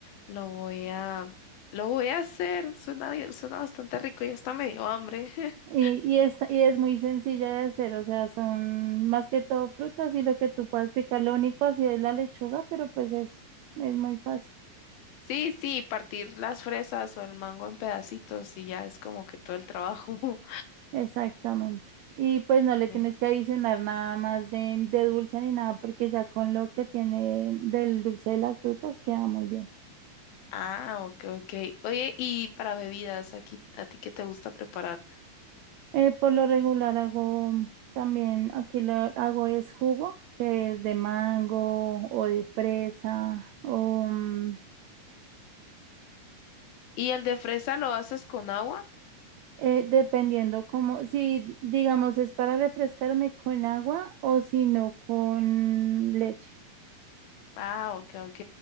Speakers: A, on the left; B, on the right.
A: lo voy a, lo voy a hacer, suena, suena bastante rico, ya está medio hambre. <laughs>
B: Y, y, es, y es muy sencilla de hacer, o sea, son más que todo frutas y lo que tú puedas picar, lo único así es la lechuga, pero pues es, es muy fácil.
A: Sí, sí, partir las fresas o el mango en pedacitos y ya es como que todo el trabajo. <laughs>
B: Exactamente. Y pues no le tienes
A: Sí.
B: que adicionar nada más de, de dulce ni nada, porque ya con lo que tiene del dulce de las frutas queda muy bien.
A: Ah, ok, ok. Oye, y para bebidas, aquí, ¿a ti qué te gusta preparar?
B: Eh, por lo regular hago también, aquí lo hago es jugo, que es de mango o de fresa o mm,
A: ¿Y el de fresa lo haces con agua?
B: eh, dependiendo como, si digamos es para refrescarme con agua o si no con leche.
A: Ah, ok, ok.